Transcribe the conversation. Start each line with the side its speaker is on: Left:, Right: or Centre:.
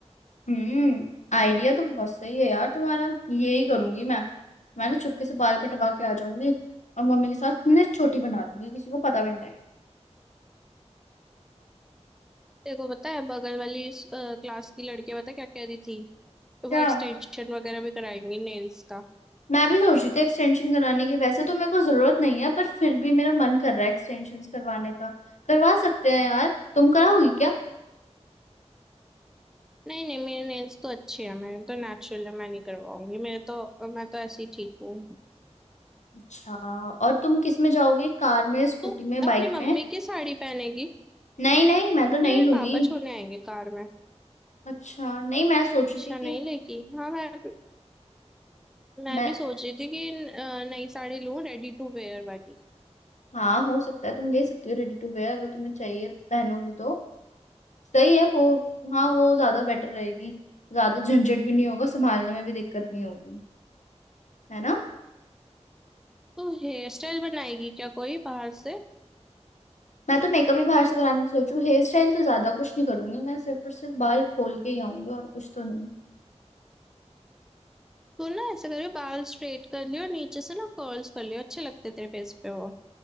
Left: हम्म आइडिया तो बहुत सही है यार तुम्हारा यही करूंगी मैं मैं ना चुपके से बाल कटवा के आ जाऊंगी और मम्मी के साथ ना छोटी बना दूंगी किसी को पता भी नहीं लगेगा
Centre: देखो पता है बगल वाली इस, अ, क्लास की लड़कियां पता है क्या कह रही थी वो
Left: क्या
Centre: एक्सटेंशन वगैरह भी कराएंगी नेल्स का
Left: मैं भी सोच रही थी एक्सटेंशन कराने की वैसे तो मेरे को जरूरत नहीं है पर फिर भी मेरा मन कर रहा है एक्सटेंशन करवाने का करवा सकते हैं यार तुम कराओगी क्या
Centre: नहीं नहीं मेरे नेल्स तो अच्छे हैं मेरे तो नेचुरल है मैं नहीं करवाऊंगी मेरे तो मैं तो ऐसे ही ठीक हूँ
Left: अच्छा और तुम किस में जाओगे कार में स्कूटी
Centre: तू
Left: में
Centre: अपनी
Left: बाइक में
Centre: मम्मी की साड़ी पहनेगी
Left: नहीं नहीं मैं तो नहीं
Centre: नहीं मेरे
Left: लूंगी
Centre: पापा छोड़ने आएंगे कार में
Left: अच्छा नहीं मैं सोच
Centre: अच्छा
Left: रही थी कि
Centre: नहीं लेकी हाँ मैं मैं
Left: मैं
Centre: भी सोच रही थी कि अ, नई साड़ी लूं रेडी टू वेयर वाली
Left: हाँ हो सकता है तुम ले सकती हो रेडी टू वेयर अगर तुम्हें चाहिए पहनोगी तो सही है वो हाँ वो ज्यादा बेटर रहेगी ज्यादा झंझट भी नहीं होगा संभालने में भी दिक्कत नहीं होगी है ना
Centre: तो हेयर स्टाइल बनाएगी क्या कोई बाहर से
Left: मैं तो मेकअप ही बाहर से कराने की सोचू हेयर स्टाइल तो ज्यादा कुछ नहीं करूंगी मैं सिर्फ और सिर्फ बाल खोल के ही आऊंगी और कुछ तो नहीं
Centre: तू ना ऐसे करियो बाल स्ट्रेट कर लियो नीचे से ना कर्ल्स कर लियो अच्छे लगते तेरे फेस पे वो